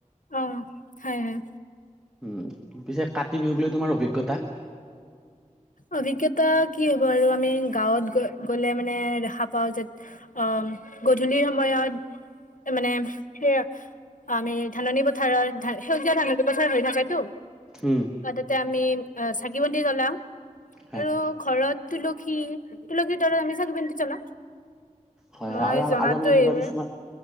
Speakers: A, on the left; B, in the centre.
A: অ হয় হয়।
B: উম, পিছে কাতি বিহুক লৈ তোমাৰ অভিজ্ঞতা?
A: অভিজ্ঞতা কি হ'ব আৰু আমি গাঁৱত গ-গ'লে মানে দেখা পাও যে, অ, অ', গধূলি সময়ত, মানে, সেয়া আমি ধাননি পথাৰত ধা সেউজীয়া ধাননি পথাৰ হৈ থাকেতো।
B: উম
A: আৰু তাতে আমি চাকি বন্তি জ্বলাও।
B: হয়
A: আৰু ঘৰত তুলসী-তুলসীৰ তলত আমি চাকি বন্তি জ্বলাও।
B: হয়,
A: মই জনাতো
B: আৰু আমি এনেকুৱা
A: এইবোৰে
B: কিছুমান,